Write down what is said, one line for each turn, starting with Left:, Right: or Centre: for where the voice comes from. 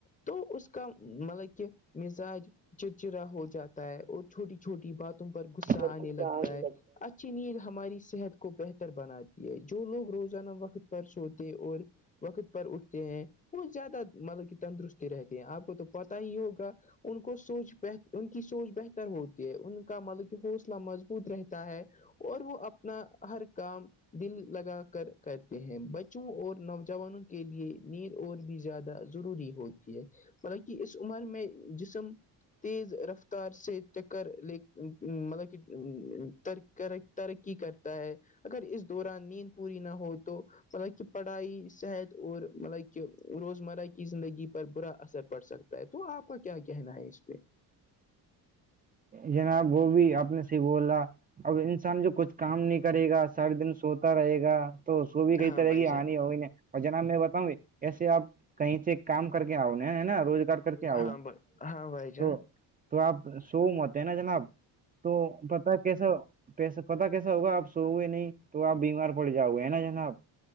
Left: تو اس کا مطلب کہ مزاج چڑچڑا ہو جاتا ہے اور چھوٹی چھوٹی باتوں پر غصہ
Right: اچھا
Left: آنے لگتا
Right: نہیں
Left: ہے اچھا نیند ہماری صحت کو بہتر بناتی ہے جو لوگ روزانہ وقت پر سوتے اور وقت پر اٹھتے ہیں وہ زیادہ مطلب کہ تندرستی رہتی ہیں آپ کو تو پتا ہی ہوگا ان کو سوچ ان کی سوچ بہتر ہوتی ہے ان کا مطلب کہ حوصلہ مضبوط رہتا ہے اور وہ اپنا ہر کام دل لگا کر کرتے ہیں بچوں اور نوجوانوں کے لیے نیند اور بھی زیادہ از ضروری ہوتی ہے مطلب کے اس عمر میں جسم تیز رفتار سے ٹاکر مطلب لے کہر کر ترقی کرتا ہے اگر اس دوران نیند پوری نہ ہو تو مطلب کہ پڑھائی صحت اور مطلب کہ روزمرہ کی زندگی پر برا اثر پڑ سکتا تو آپ کا کیا کہنا ہے اس پہ
Right: جناب وہ بھی اپ نے سے بولا اب انسان جو کچھ کام نہیں کرے گا سارے دن سوتا رہے گا تو اس کو بھی کئی
Left: ہاں
Right: طرح
Left: بھائی
Right: کی
Left: جان
Right: ہانی ہوئی نہیں اور جناب میں بتاؤں کیسے ہو اپ کہیں سے کام کر کے آؤ نا روزگار کر کے آؤ
Left: ہاں ہاں بھائی جان
Right: تو تو آپ ذرا سو مت ہیں نا جناب تو پتا کیسا کیسا پتا کیسا ہوگا آپ سوگے نہیں تو آپ بیمار پڑ جاوگے نہ جناب